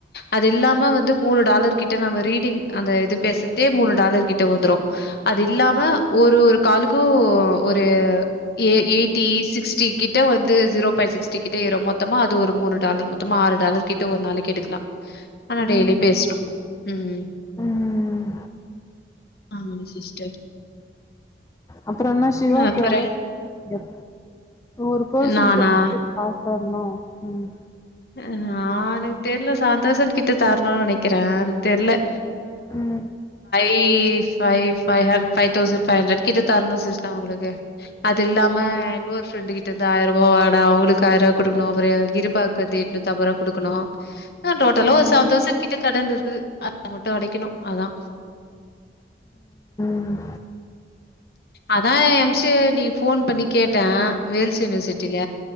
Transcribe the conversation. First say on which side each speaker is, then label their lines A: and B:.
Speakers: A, on the left; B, on the left.
A: அது இல்லாம வந்து மூணு டாலர் கிட்ட நம்ம ரீடிங் அந்த இது பேசறதே மூணு டாலர் கிட்ட வந்துரு அது இல்லாம ஒரு ஒரு காலுக்கு ஒரு எ எயிட்டி சிக்ஸ்ட்டி கிட்ட வந்து ஜீரோ பாயிண்ட் சிக்ஸ்ட்டிகிட்ட ஏறு மொத்தமா அது ஒரு மூணு டாலர் மொத்தமா ஆறு டாலர் கிட்ட ஒரு நாளைக்கு எடுக்கலா ஆனா
B: ம்
A: டெய்லி பேசனும் உம்
B: ம்
A: ஆ சிஸ்டர்
B: அப்பரோ என்ன சிவாக்கு
A: அப்புறம்
B: எவ்ளவு ஒரு பர்சன்
A: நானா?
B: கு <inaudible> சொன்னோ உம்
A: அ எனக்கு தெர்ல செவன் தோஸண்ட் கிட்ட தரணுனு நினக்கிறே அது தெர்ல
B: ம்
A: இ ஃபை ஃபை ஹர் ஃபை தோஸண்ட் ஃபை ஹுன்ட்ரேட் கிட்ட தரணும் சிஸ்ட அவங்களுக்கு அது இல்லாம இன்னொரு பிரின்ட் கிட்ட ஆயரூபா வாங்குன அவங்களுக்கு ஆயருபா குடுக்கணு அப்ரோ இருப் ப்பத்தி எட்நூத்தம்ப ரூபா குடுக்கணு ஆ டோட்டலா
B: ம்
A: ஒரு சவன் தௌசண்ட் கிட்ட கடன் இருக்குது அத மட்டு அடைக்கணு அதா
B: ம்
A: அதா எம் சி நீ போன் பண்ணி கேட்ட வேல்ஸ் யூனிவர்சிட்டில